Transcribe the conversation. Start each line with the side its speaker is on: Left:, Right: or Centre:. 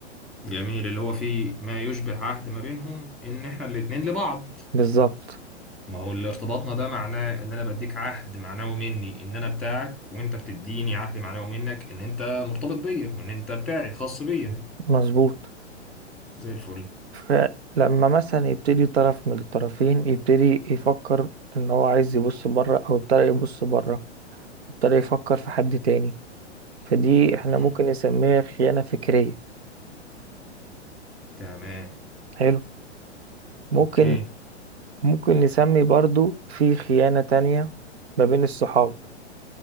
Centre: جميل اللي هو فيه ما يشبه عهد ما بينهم ان احنا الاتنين لبعض
Right: بالظبط
Centre: ما هو اللي ارتباطنا ده معناه ان انا بديك عهد معنوي مني ان انا بتاعك وانت بتديني عهد معنوي منك ان انت مرتبط بيا وان انت بتاعي خاص بيا
Right: مظبوط
Centre: زي الفل
Right: فلما مثلا يبتدي طرف من الطرفين يبتدي يفكر إن هو عايز يبص بره أو ابتدى يبص بره ابتدى يفكر في حد تاني فدي احنا
Centre: مم.
Right: ممكن نسميها خيانة فكرية
Centre: تمام
Right: حلو ممكن
Centre: اوكي
Right: ممكن نسمي برضو في خيانة تانية ما بين الصحاب